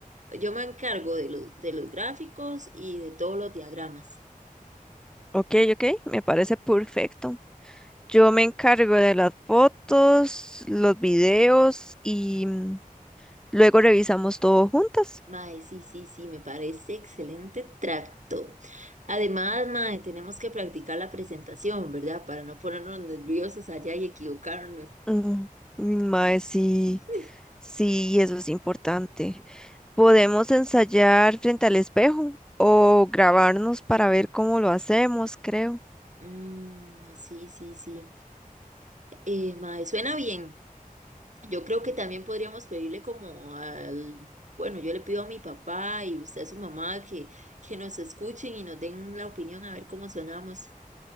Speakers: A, on the right (about 55°); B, in the centre.
A: Yo me encargo de los, de los gráficos y de todos los diagramas.
B: Ok, ok, me parece perfecto. Yo me encargo de las fotos, los videos y mm, luego revisamos todo juntas.
A: Mae, sí, sí, sí, me parece excelente tracto. Además, mae, tenemos que practicar la presentación, ¿verdad? Para no ponernos nerviosos allá y equivocarnos.
B: Mm, mm, Mae, sí.
A: <laughs>
B: Sí, eso es importante. Podemos ensayar frente al espejo o grabarnos para ver cómo lo hacemos, creo.
A: Mm, sí, sí, sí. Eh, mae, suena bien. Yo creo que también podríamos pedirle como al, bueno, yo le pido a mi papá y usted a su mamá que, que nos escuchen y nos den la opinión a ver cómo sonamos.